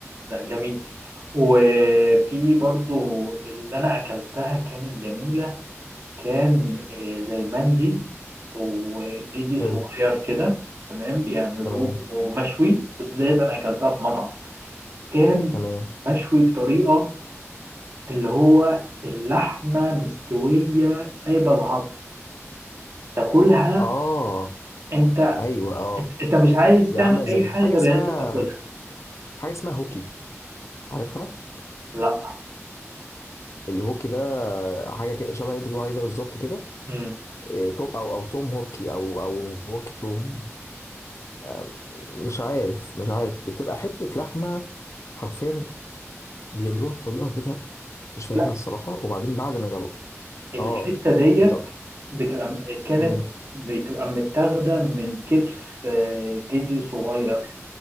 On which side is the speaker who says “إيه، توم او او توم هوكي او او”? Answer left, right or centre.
Left